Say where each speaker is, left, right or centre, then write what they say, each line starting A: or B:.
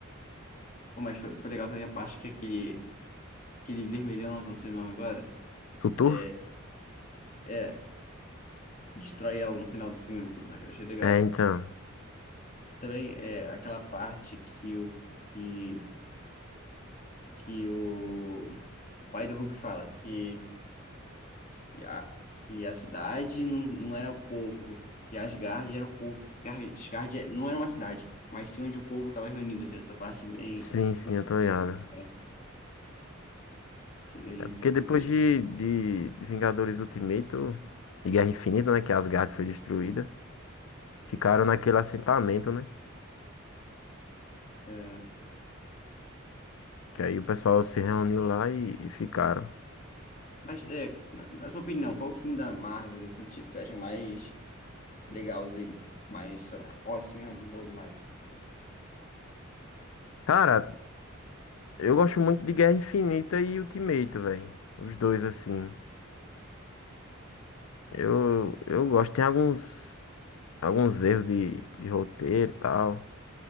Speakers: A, on the left (about 40°); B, on the left (about 75°).
A: Pô, mas foi, foi legal também a parte que é aquele. Aquele vermelhão lá, que eu não sei o nome agora.
B: Tutu?
A: É. é. Destrói ela no final do filme, pô, eu achei legal.
B: É, então.
A: Também é aquela parte que o, que, que o, o pai do Hulk fala que, que, a, que a cidade não, não era o povo, que, o- que Asgard era o povo, que Asgard é- não era uma cidade, mas sim onde o povo estava reunido. Achei essa parte bem
B: Sim, sim,
A: importante.
B: eu tô ligado.
A: né? Achei bem,
B: É porque depois
A: bem interessante.
B: de, de, de Vingadores Ultimato e Guerra Infinita, né? Que Asgard foi destruída. Ficaram naquele assentamento, né?
A: É,
B: Que aí o pessoal se reuniu lá e, e ficaram.
A: mas, é, na, na sua opinião, qual o filme da Marvel nesse sentido? Você acha mais legalzinho? Mais, sei lá, ó, assim é bom demais.
B: Cara, eu gosto muito de Guerra Infinita e Ultimato, velho. Os dois, assim. Eu, eu gosto. Tem alguns, alguns erros de, de roteiro e tal.